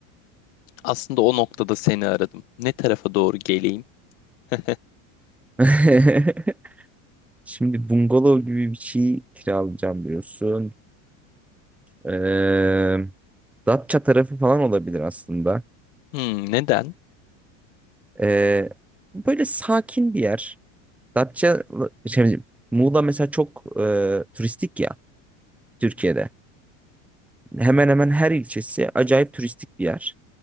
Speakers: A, on the left; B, in the centre.
A: Aslında o noktada seni aradım. Ne tarafa doğru geleyim? <laughs>
B: <laughs> Şimdi bungalov gibi bir şey kiralayacağım diyorsun. Ee, Datça tarafı falan olabilir aslında.
A: Hmm, neden?
B: Ee, böyle sakin bir yer. Datça, şey, Muğla mesela çok e, turistik ya Türkiye'de. Hemen hemen her ilçesi acayip turistik bir yer.